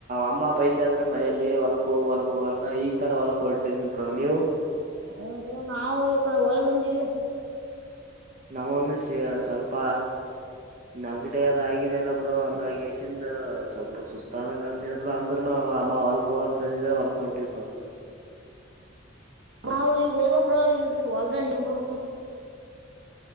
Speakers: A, on the right (about 40°); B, on the right (about 65°).
A: ಅಮ್ಮ ಪೈತ ಆದ್ರೆ ಮನಲಿ ಹೊಲಕ್ ಹೋಗಿ ಹೊಲಕ್ ಹೋಗಂತ ಈಗ ತಾನ ಹೊಲಕ್ ಹೊರ್ಟ್ಟೇ ನಿರು ನೀವು
B: ಹ ನಾವು ಡೆ ಹೋಳಿ ಬಂದಿವವಿ
A: ನಾವನು ಸ್ವಲ್ಪ ನಗಡದಗಿದಲ್ಲಬರು ಹಂಗಗೆಸಿಂದ ಸ್ವಲ್ಪ ಸುಸ್ತಾದಂಗ ಆಗ್ತರಿಬ್ರರು ಅಂದ್ರನು ಅಮ್ಮ ಹೊಲ್ಕೋಗಂತಂದಿದ್ರ ಹೊಲ್ಕೊಂತಬರು
B: ನಾವವು ಈಗ ಹೋಬೇಕ್ರ ಈ ಹೊಲ್ದದಲ್ಲಿ ಇರ್ಬಿಡ್ಬೇಕು